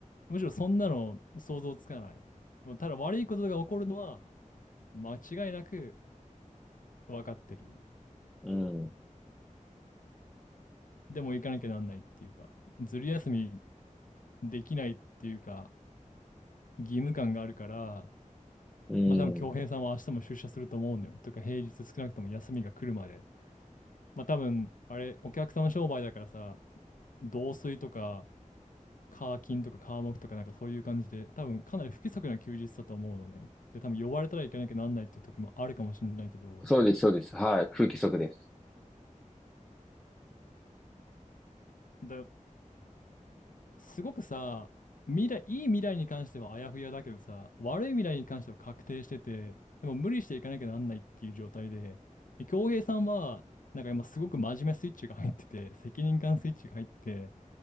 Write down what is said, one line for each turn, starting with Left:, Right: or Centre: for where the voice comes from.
Left: むしろそんなの想像つかない。もうただ悪いことが起こるのは間違いなく分かってる。
Centre: うん。
Left: でも行かなきゃなんないっていうか、ずる休みできないっていうか、義務感があるから、
Centre: うん。
Left: まあ多分京平さんは明日も出社すると思うんだよ。というか平日少なくとも休みが来るまで。まあ多分、あれ、お客さんの商売だからさ、同水とか、カーキとか、カーモクとかなんかそういう感じで、多分かなり不規則な休日だと思うのね。で、多分呼ばれたらいけなきゃなんないっていう時もあるかもしれないけど、
Centre: そうです、そうです。はい。空気不足です。
Left: だすごくさ、未来、いい未来に関してはあやふやだけどさ、悪い未来に関しては確定してて、でも無理していかなきゃなんないっていう状態で、で、恭平さんは、なんか今すごく真面目スイッチが入ってて、責任感スイッチが入ってて、